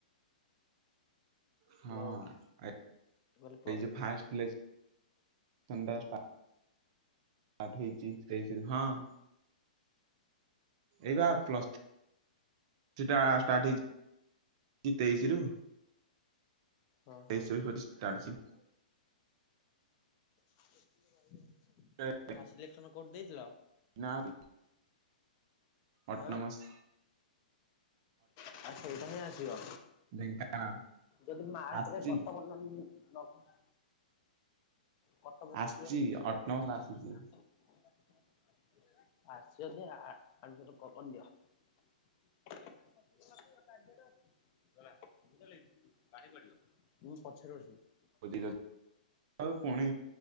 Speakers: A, on the right; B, on the left.
A: ହଁ
B: ହ୍ୟାଲୋ ମୁଁ
A: ଏ
B: କହିଲି ପ୍ଲସ
A: ଏଇ ଯୋଉ ଫାସ ଲିସ୍ <unintelligible> <unintelligible> ହଁ ଏଇ ବା ପ୍ଲସ୍ ଥ୍ରି ଟା ଷ୍ଟାର୍ଟ ହେଇଚି ଏ ତେଇଶି ରୁ।
B: ହଁ ହଁ।
A: ତେଇଶି ରୁ ପଚିଶି <unintelligible>
B: <unintelligible>
A: <inaudible>
B: ଫାସ୍ ସିଲେକ୍ସନ କୋଉଠି ଦେଇଥିଲ।
A: ନାମ୍ <inaudible> ଅଟନମସ୍।
B: ହଁ <unintelligible> ସେଇଟା ହିଁ ଆସିବ
A: ଢେଙ୍କାନାଳ
B: ଯଦି ମାର୍କ
A: ଆସିଛି
B: ରେ <inaudible> କଟପ
A: ଆସିଛି
B: ଖୋଜିବ
A: ଅଟୋନମସ
B: <inaudible> <unintelligible>
A: ଆସିଛି
B: ଆସିଚି ଯଦି ଆ ଆ ଆଡମିଶନ୍ କ କର୍ଦିଅ। <inaudible> <unintelligible>
A: <unintelligible> ପୁଣି